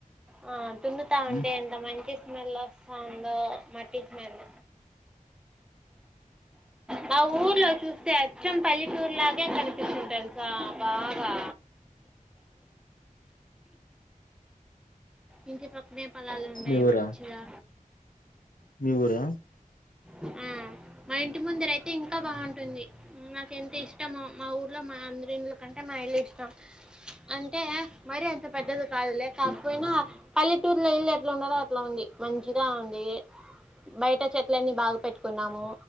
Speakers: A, in the centre; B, on the left.
A: ఆ దున్నుతా ఉంటే
B: ఉమ్
A: ఎంత మంచి స్మెల్ ఒ స్తాందో మట్టి స్మెల్ మా ఊర్లో చూస్తే అచ్చం పల్లెటూర్లాగే కాని స్తుంది తెల్సా బాగా ఇంటి పక్కనే పొలాలు ఉంటాయి
B: మీ ఊరా
A: మంచిగా
B: మీ ఊరా
A: ఉమ్ మా ఇంటి ముందర అయితే ఇంకా బాగుంటుంది ఉం నాక్ ఎంత ఇష్టమో మా ఊర్లో మా అందరి ఇల్కంటే మా ఇల్లు ఇష్టం అంటే మరి అంత పెద్దది కాదులే కాక్పోయినా పల్లెటూర్లో ఇల్ ఎట్లా ఉండాలో అట్లా ఉంది మంచిగా ఉంది బైట చెట్ ఇలన్నీ బాగ్ పెట్కున్నాము